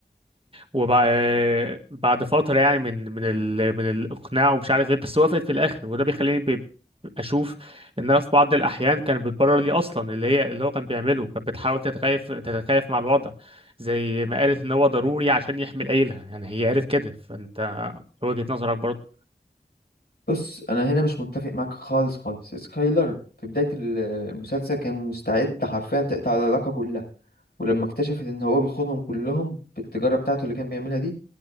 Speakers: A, on the right; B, on the left.
A: وبعد فترة يعني من من ال... من الإقناع ومش عارف إيه بس وافقت في الآخر وده بيخليني ب... أشوف إن أنا في بعض الأحيان كانت بتبرر لي أصلا اللي هي اللي هو كان بيعمله كانت بتحاول تتكيف تتكيف مع الوضع زي ما قالت إن هو ضروري عشان يحمي العيلة يعني هي قالت كده فأنت وجهة نظرك برضه
B: بص انا هنا مش متفق معاك خالص خالص سكايلر في بداية المسلسل كان مستعد حرفيا تقطع العلاقة كلها ولما اكتشفت ان هو بيخونهم كلهم بالتجارة بتاعته اللي كان بيعملها دي